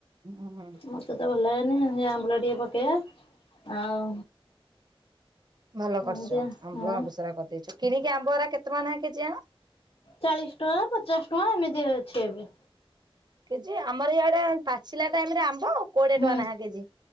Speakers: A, on the right (about 45°); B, on the left (about 80°).
A: ହୁଁ ହୁଁ
B: ମତେ ତ ଭଲ ହେନି ସେ ଆମ୍ବୁଲ ଟିକେ ପକେଇବା ଆଉ
A: ଭଲ
B: ଏମିତି
A: କରିଛ ଆମ୍ବଳ
B: ହଁ
A: ଆବୁସରା କରିଦେଇଛ କିଣିକି ଆମ୍ବରା କେତେ ମ ହେ କେଜି ଆଣ?
B: ଚାଳିଶ ଟଙ୍କା ପଚାଶ ଟଙ୍କା ଏମିତି ଅଛି ଏବେ।
A: କେଜି ଆମର ଇଆଡେ ପାଚିଲା ଟାଇମ ରେ ଆମ୍ବ କୋଡିଏ
B: ହୁଁ
A: ଟଙ୍କା ନାହାଁ କେଜି